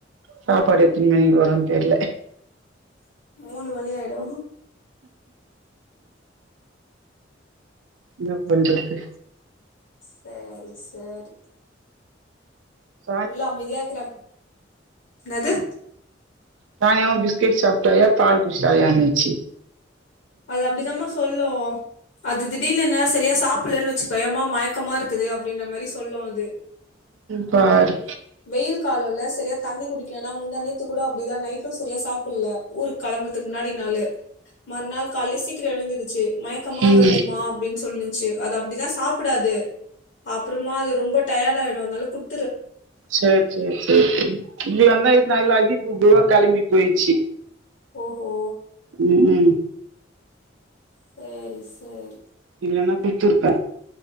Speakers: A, on the right; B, on the left.
A: சாப்பாடு எத்தினி மணிக்கு வரூன்னு தெர்ல
B: மூணு மணி ஆயிர் ரோ
A: என்ன பண்றது
B: சேரி சேரி
A: <unintelligible>
B: புள்ள அமைதியா இருக்குறாங்க என்னது
A: தாயாவூ பிஸ்கட் சாப்டாங்க பால் குடிச்டாங்க அன்னச்சி
B: அது அப்டிதாமா சொல்லூ அது திடீர்னு என்னால செரியா சாப் பிட்ல வச்சுக்கோயே யம்மா மயக்கமாருக்குது அப் அப்டின்ற மாரி சொல்லூ அது
A: பாரு
B: வெயில் காலோல செரியா தண்ணி குடிக்கலனா முந்தாநேத்து கூட அப்டிதா நைட்ரோஸ் செரியா சாப்பிட்ல ஊருக் கெளம்பர்த்துக்கு முன்னாடி நாளு மற்நா லே சீக்கிரோ எழுந்துகிச்சி மயக்கமா
A: ம்
B: வருதுமா அப்டின்னு சொல்லுன்ச்சி அது அப்டிதா சாப்புடாது அப்புறுமா அது ரொம்ப டய டயாடா ஆயிடோ அதுனால குட்
A: செரி செரி செரி செரி இங்கிலாந்தா இருந்த அதுகுள்ள ஆகி டூக்குள்ளா களம்பி போயிச்சி
B: ஒ ஓ
A: உ உம்
B: செரி செரி
A: இல்லன்னா குத்திருப்பே